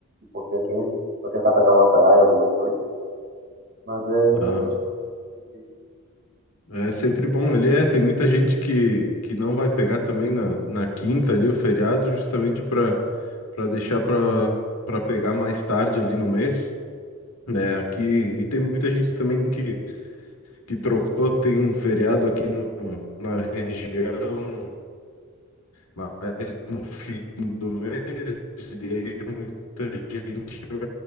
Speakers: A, on the right (about 50°); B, on the left (about 90°).
A: pouquinho quente, vou tentar pegar uma praia, alguma coisa. Mas é, eu
B: Ah,
A: acho que vai ser difícil.
B: é sempre bom. Ele é, tem muita gente que, que não vai pegar também na, na quinta ali o feriado, justamente para para deixar para para pegar mais tarde ali no mês, né? Aqui e tem muita gente também que que trocou, tem um feriado aqui no- na região, mas no fim do mês, e aí muita gente vai